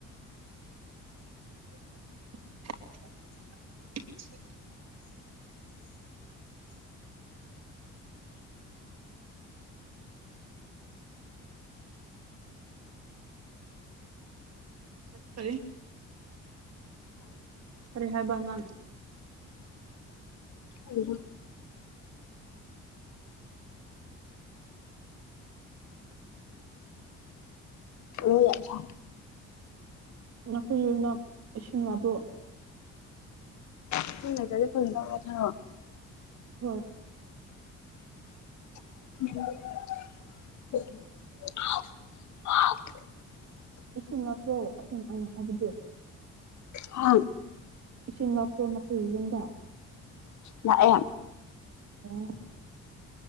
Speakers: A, on the right (about 60°); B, on the left (about 70°).
A: <inaudible> ꯀꯔꯤ ꯀꯔꯤ ꯍꯥꯏꯕ꯭ꯔꯥ ꯅꯪ
B: ꯍꯥꯡ ꯂꯣꯏ ꯌꯥꯝ ꯁꯥꯏ
A: ꯅꯈꯣꯏ ꯌꯨꯝꯗ ꯏꯁꯤꯡ ꯑꯗꯨ
B: <unintelligible>
A: ꯍꯣꯏ
B: <unintelligible>
A: ꯏꯁꯤꯡ ꯅꯛꯄ꯭ꯔꯣ ꯑꯗꯨꯅꯦ ꯑꯩꯅ ꯍꯥꯏꯕꯗꯨ
B: ꯍꯥꯥ
A: ꯏꯁꯤꯡ ꯅꯄꯛꯄ꯭ꯔꯣ ꯅꯈꯣꯢꯒꯤ ꯌꯨꯝꯗ
B: ꯅꯛꯑꯦ
A: ꯎꯝ